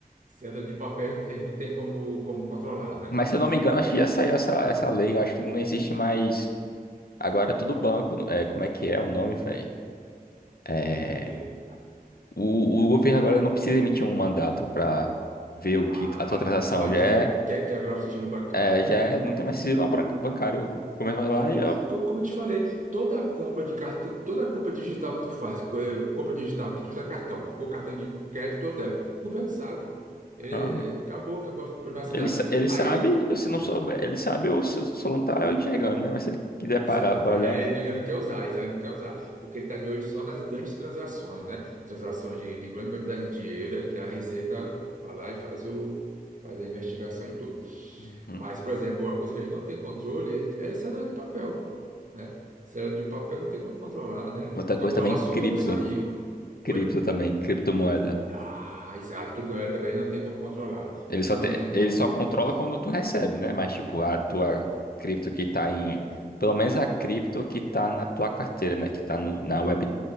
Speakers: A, on the right; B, on the left.
A: Cédula de papel eles não têm como, como controlar, né?
B: Mas se eu não me engano,
A: É,
B: acho que já saiu essa, essa lei. Eu acho que não existe mais. Agora é tudo banco. É, como é que é o nome, velho? É,
A: o quê?
B: o, o governo agora não precisa emitir um mandato pra ver o
A: Ah,
B: que a tua transação
A: para
B: já
A: quebra,
B: é.
A: que- quebrar o sigilo bancário,
B: é,
A: né?
B: já é, não tem mais sigilo não, bran- bancário. Começa lá
A: É,
B: e eu.
A: co- como eu te falei, toda compra de cartão, toda compra digital que tu faz, co- é, compra digital que tu usa cartão, ou cartão de crédito ou débito, o governo sabe. É,
B: Aham.
A: acabou, acabou a privacidade.
B: Ele, sa- ele
A: Aí,
B: sabe, ou se
A: é,
B: não souber, ele sabe ou se só não tá enxergando, né? Mas se ele quiser parar
A: exato,
B: pra olhar.
A: é, ele não, ele não quer usar, ele não quer usar, porque ele está de olho só nas grandes transações, né? Transações de, de grande quantidade de dinheiro, é que a Receita vai lá e faz o, faz a investigação e tudo.
B: Uhum.
A: Mas, por exemplo, uma coisa que a gente não tem controle é, é cédula de papel, né? Cédula de papel não tem como controlar, né?
B: Outra coisa
A: Controla
B: também,
A: só
B: cripto.
A: quando saiu.
B: Cripto
A: Oi?
B: também, criptomoeda.
A: Ah, exato. Que planeta também não tem como controlar.
B: Ele
A: Eles
B: só,
A: não
B: te-
A: têm
B: ele
A: como...
B: só controla
A: Isso,
B: quando tu recebe, né? Mas, tipo, a tua cripto que tá em. Pelo menos a cripto que tá na tua carteira, né? Que tá no, na web,